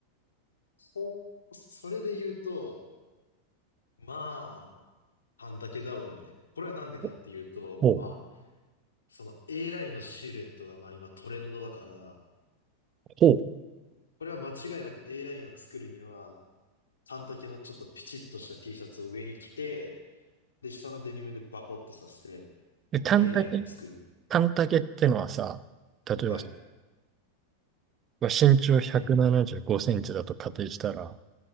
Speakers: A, on the left; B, on the right.
A: ほうそれで言うと、まあ、半丈だろうね。これはなんでかっていうと、
B: う。ほう。
A: まあ、その A ラインのシルエットがまあ今トレンドだから、
B: ほう。
A: これは間違いなく A ラインを作るには、半丈のちょっとピチッとした T シャツを上に着て、で、下のデニムでバコッとさせて、
B: で、
A: こう
B: 短丈、
A: A ラインを作る。
B: 短丈ってのはさ、例えば、
A: うん、
B: まあ身長175センチだと仮定したら、
A: うん、